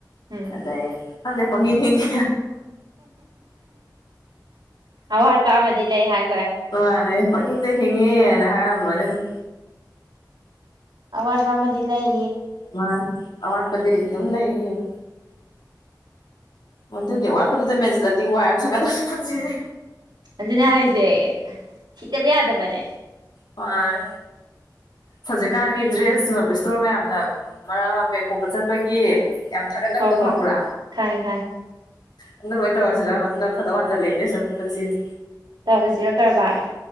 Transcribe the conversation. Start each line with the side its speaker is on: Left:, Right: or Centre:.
Right: ꯎꯝ
Left: ꯑꯗꯩ ꯈꯪꯗꯦ ꯄꯍꯤꯡ ꯍꯤꯡꯏ
Right: ꯑꯋꯥꯠꯄ ꯑꯃꯗꯤ ꯂꯩ ꯍꯥꯏ
Left: ꯑꯣ ꯑꯗ ꯄꯍꯤꯡꯗ ꯍꯤꯡꯉꯦꯅ ꯍꯦꯡꯔꯝꯕꯅꯦ ꯑꯗꯨꯝ
Right: ꯑꯋꯥꯠ ꯄ ꯑꯃꯗꯤ ꯂꯩ
Left: ꯃꯥꯅꯦ ꯑꯋꯥꯠꯄꯗꯤ ꯑꯗꯨꯝ ꯂꯩꯩꯔꯤꯌꯦꯟ ꯑꯣ ꯑꯗꯨꯗꯤ ꯑꯋꯥꯠꯄꯗꯨꯗ ꯃꯦꯟꯁꯤꯜꯂꯗꯤ ꯋꯥꯏ ꯑꯃ ꯁꯪꯒꯗꯕꯁꯨ ꯄꯨꯟꯁꯤꯁꯦ
Right: ꯑꯗꯨꯅꯦ ꯍꯥꯢꯁꯦ ꯈꯤꯇꯒ ꯌꯥꯗꯕꯅꯦ
Left: ꯃꯥꯅꯦ ꯍꯧꯖꯤꯛꯀꯥꯟꯒꯤ
Right: ꯊꯤꯔꯤꯁꯦ
Left: ꯗ꯭ꯔꯦꯁ ꯌꯣꯟꯕ ꯏꯁꯇꯣꯔ ꯃꯌꯥꯝꯅ ꯃꯔꯛ ꯑꯃ ꯕꯦꯡꯀꯣꯛꯇ ꯆꯠꯄꯒꯤ ꯌꯥꯝ ꯊꯥꯒꯠꯅꯕꯗꯣ
Right: ꯍꯣꯏ ꯍꯣꯏ
Left: ꯈꯪꯕ꯭ꯔꯥ
Right: ꯈꯪꯉꯦ ꯈꯪꯉꯦ
Left: ꯑꯗꯨꯃꯥꯏꯅ ꯇꯧꯔꯁꯤꯔꯥꯕ ꯑꯗꯨꯅ ꯐꯗꯧ ꯃꯥꯟꯁꯤꯜꯂꯛꯑꯅꯦꯁꯨ ꯄꯨꯟꯁꯤꯁꯦ
Right: ꯇꯧꯔꯁꯤꯔꯣ ꯀꯔꯕꯥꯔ